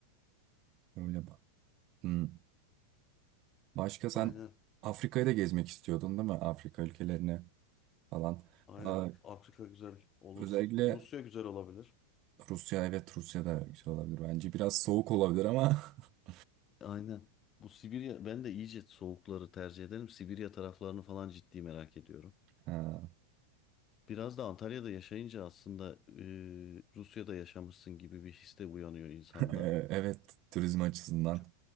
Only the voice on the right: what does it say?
Öyle bak. Hmm. Başka sen
Afrika'yı da gezmek istiyordun değil mi? Afrika ülkelerine falan.
Aa,
özellikle
Rusya evet Rusya da güzel olabilir bence. Biraz soğuk olabilir ama <laughs>
Ha,
<laughs> evet turizm açısından.